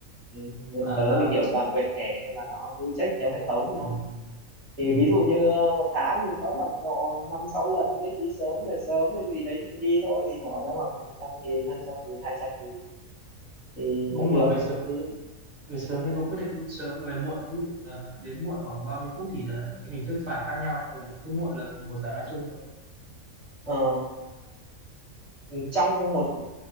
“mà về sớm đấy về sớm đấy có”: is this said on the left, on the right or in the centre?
Right